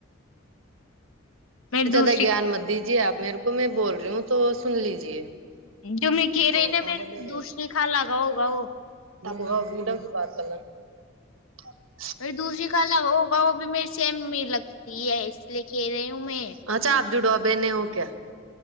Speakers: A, on the left (about 85°); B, on the right (about 75°).
A: میری
B: زیادہ
A: دوسری
B: گیان مت دیجیے آپ میرے کو میں بول رہی ہوں تو سن لیجیے <inaudible>
A: جو میں کھیرے نا میری دوسری خالہ کا ہوگا وہ
B: <inaudible>
A: میری دوسری خالہ کا ہوگا وہ بھی میرے سیم میں لگتی ہے اس لیے کہہ رہی ہوں میں
B: اچھا آپ جڑو بہنے ہو کیا